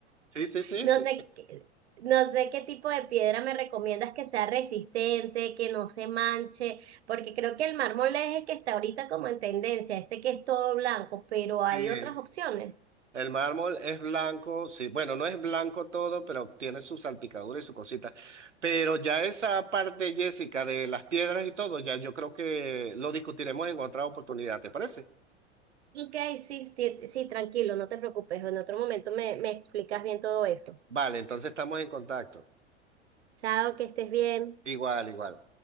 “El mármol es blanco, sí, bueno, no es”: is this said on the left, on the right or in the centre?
Right